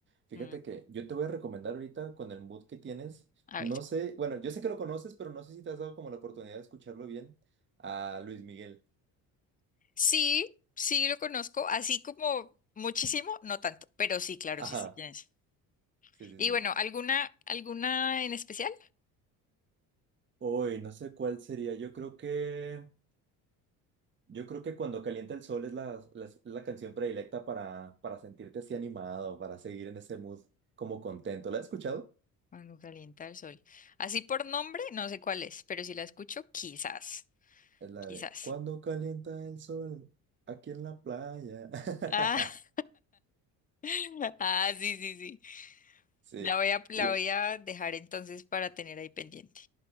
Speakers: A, on the right (about 30°); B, on the left (about 20°).
A: Fíjate
B: Mm,
A: que yo te voy a recomendar ahorita con el mood que tienes,
B: a
A: no
B: ver.
A: sé, bueno, yo sé que lo conoces, pero no sé si te has dado como la oportunidad de escucharlo bien, a Luis Miguel.
B: Sí, sí lo conozco, así como muchísimo, no tanto, pero sí, claro,
A: <laughs> Ajá,
B: sí, sí tienes.
A: sí, sí,
B: Y
A: sí.
B: bueno, ¿alguna, alguna en especial?
A: Uy, no sé cuál sería, yo creo que, yo creo que Cuando calienta el sol es la, la, es la canción predilecta para, para sentirte así animado, para seguir en ese mood como contento. ¿La has escuchado?
B: Cuando calienta el sol. Así por nombre, no sé cuál es, pero si la escucho, quizás,
A: Es la
B: quizás.
A: de Cuando calienta el sol, aquí en la playa. <laughs>
B: Ah, <laughs> ah, sí, sí, sí.
A: Sí,
B: La voy a, la
A: y,
B: voy a dejar entonces para tener ahí pendiente.